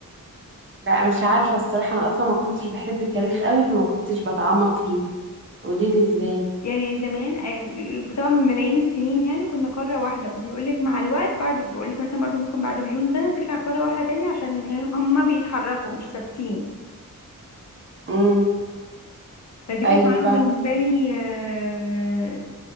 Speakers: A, on the right; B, on the left.
A: لا مش عارفه الصراحه انا اصلا ما كنتش بحب التاريخ قوي فما كنتش بتعمق فيه قولي لي ازاي
B: يعني زمان آه، طبعا من ملايين السنين يعني كنا قارة واحدة وبيقولك مع الوقت بعد بقولك مثلا برضه ممكن بعد مليون سنة ترجع قارة واحدة تاني عشان إيه، هما بيتحركوا مش ثابتين
A: امم
B: فدي كانت
A: ايوه
B: معلومة
A: فاهمه
B: بالنسبة لي آه،